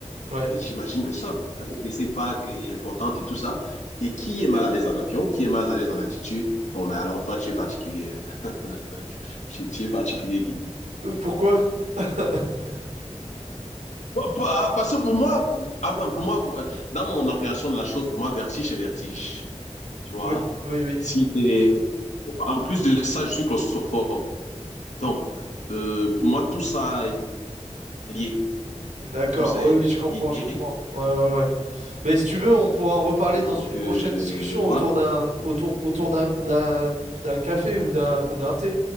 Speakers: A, on the right; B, on the left.
A: Ouais.
B: mais j'imagine le surf, avec ces vagues et importantes et tout ça, et qui est mal à l'aise en avion, qui est mal à l'aise en altitude, bon, mais alors toi, tu es particulier, hein. <laughs> tu, tu es particulier, Guy.
A: Euh, Pourquoi? <laughs>
B: Bon, pa- Parce que pour moi, enfin, pour moi, moi, dans mon appréhension de la chose, pour moi, vertige, c'est vertige, tu vois.
A: Oui, oui, oui.
B: Si c'est des- En plus de ça, je suis claustrophobe. Donc, euh, pour moi, tout ça est lié.
A: D'accord,
B: tout ça
A: oui,
B: est
A: oui, je comprends,
B: lié.
A: je comprends. Ouais, ouais, ouais. Mais si tu veux, on pourra en reparler
B: Donc,
A: dans une
B: euh,
A: prochaine discussion
B: voilà.
A: autour d'un autour, autour d'un d'un d'un café ou d'un ou d'un thé.